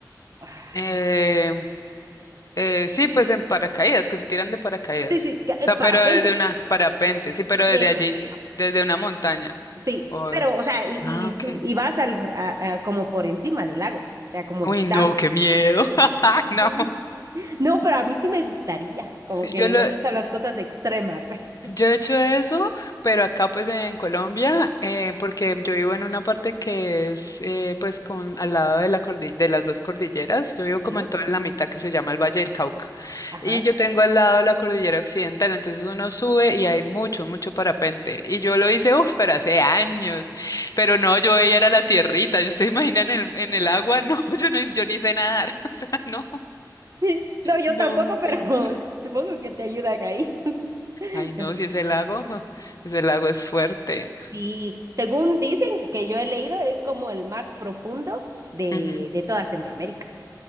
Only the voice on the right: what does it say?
Ah,
Sí, sí, que-
el
parapente.
Sí,
eso.
Sí,
pero, o sea, y,
y, y
su- y vas al, r- a- a- como por encima del lago, o sea, como
vistando.
<laughs>
No, pero a mí sí me gustaría, como
que
me gustan las cosas extremas. <laughs>
Sí,
ajá.
<laughs> No, yo
tampoco, pero
<laughs> supongo que te ayudan ahí. <laughs>
No, pero
Sí,
sí, según dicen que yo he leído, es como el más profundo de,
de toda Centroamérica.